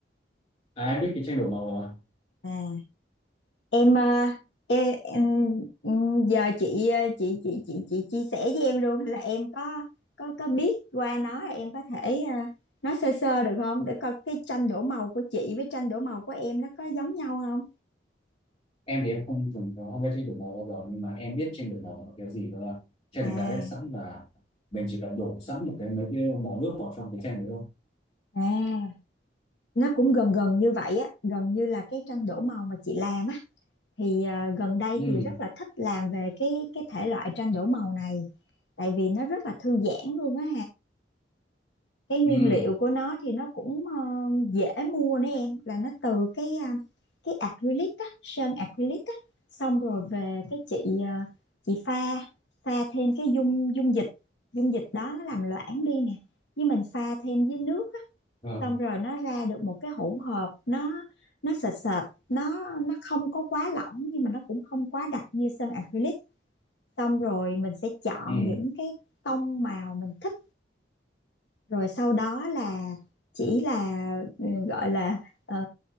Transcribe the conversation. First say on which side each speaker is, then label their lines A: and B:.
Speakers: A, on the left; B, on the left.
A: À em biết cái tranh đổ màu rồi.
B: À. em ờ, em, em ừ, giờ chị ờ, chị chị chị chị chia sẻ với em luôn là em có có có biết qua nó em có thể ờ, nói sơ sơ được không để coi cái tranh đổ màu của chị với tranh đổ màu của em nó có giống nhau không
A: Em thì em không từng không vẽ tranh đổ màu bao giờ nhưng mà em biết tranh đổ màu là cái gì đó là tranh
B: à
A: người ta vẽ sẵn và mình chỉ cần đổ sẵn một cái mấy cái màu nước vào trong cái tranh đấy thôi.
B: à nó cũng gần gần như vậy á gần như là cái tranh đổ màu mà chị làm á thì ờ, gần đây
A: Ừ,
B: thì rất là thích làm về cái cái thể loại tranh đổ màu này tại vì nó rất là thư giãn luôn á cái
A: ừ,
B: nguyên liệu của nó thì nó cũng ờ, dễ mua nữa em là nó từ cái à, cái acrylic á sơn acrylic á xong rồi về cái chị ờ, chị pha pha thêm cái dung dung dịch dung dịch đó nó làm loãng đi nè nhưng mình pha thêm với nước á
A: vâng,
B: xong rồi nó ra được một cái hỗn hợp nó nó sệt sệt nó nó không có quá lỏng nhưng mà nó cũng không quá đặc như sơn acrylic xong rồi mình sẽ chọn
A: ừ.
B: những cái tông màu mình thích rồi sau đó là chỉ là ừ, gọi là ờ,